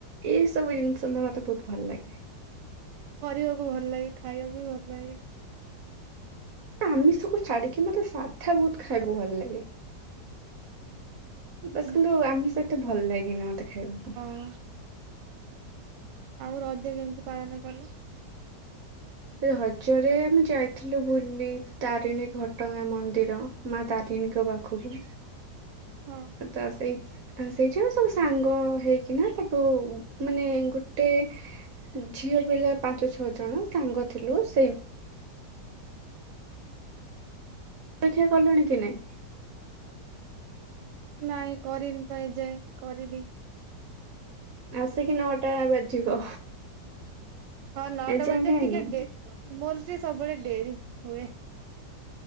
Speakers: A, on the right; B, on the right.
A: ଏଇ ସବୁ ଜିନିଷ ନା ମତେ ବହୁତ ଭଲ ଲାଗେ।
B: କରିବାକୁ ଭଲ ଲାଗେ ଖାଇବାକୁ ବି ଭଲ ଲାଗେ।
A: ଆମିଷ କୁ ଛାଡିକି ମତେ ସାଧା ବହୁତ ଖାଇବାକୁ ଭଲ ଲାଗେ। ବାସ୍
B: ହୁଁ
A: କିନ୍ତୁ ଆମିଷ ଏତେ ଭଲ ଲାଗିନି ମତେ ଖାଇବାକୁ ପାଇଁ।
B: ଅ ଆଉ ରଜ କେମିତି ପାଳନ କଲ?
A: ରଜରେ ଆମେ ଯାଇଥିଲୁ ବୁଲି ତାରିଣୀ ଘଟଗାଁ ମନ୍ଦିର ମା ତାରିଣୀଙ୍କ ପାଖକୁ
B: ହଁ
A: ତ ସେଇ ଆ ସେଇଠି ଆମ ସବୁ ସାଙ୍ଗ ହେଇକିନା ସବୁ ମାନେ ଗୋଟେ ଝିଅ ପିଲା ପାଞ୍ଚ ଛଅ ଜଣ ସାଙ୍ଗ ଥିଲୁ ସେଇ ଅପେକ୍ଷା କଲେଣି କି ନାଇଁ?
B: ନାଇଁ କରିନି ତ ଏଯାଏଁ କରିବି।
A: ଆସିକି ନଅଟା ବାଜିବ।
B: ହଁ ନଅଟା
A: ଏଯାଏଁ
B: ବାଜିବ
A: କାଇଁ
B: ଟିକେ
A: ନାଇଁ
B: ଡେ ମୋର ଟିକେ ସବୁବେଳେ ଡେରି ହୁଏ।